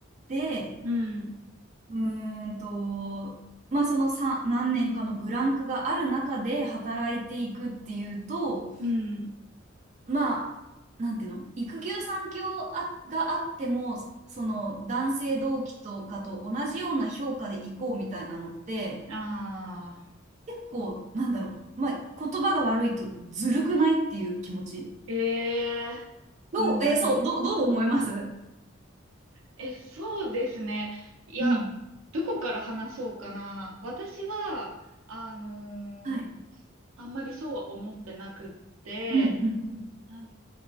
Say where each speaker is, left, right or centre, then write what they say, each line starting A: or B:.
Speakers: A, on the right (about 35°); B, on the right (about 85°).
A: て、
B: うん。
A: うーんと、まあそのさ何年かのブランクがある中で働いていくっていうと、
B: うん。
A: まあ、なんていうの、育休産休あがあっても、その男性同期とかと同じような評価でいこうみたいなのって、
B: ああ。
A: 結構、なんだろう、まあ言葉が悪いとずるくないっていう気持ち
B: ええ
A: どう、
B: ー。うんうん。
A: えーそう、どう、どう思います
B: え、そうですね。いや、
A: うん。
B: どこから話そうかな。私は、あのー
A: はい。
B: あんまりそうは思ってなくって、
A: うんう
B: なん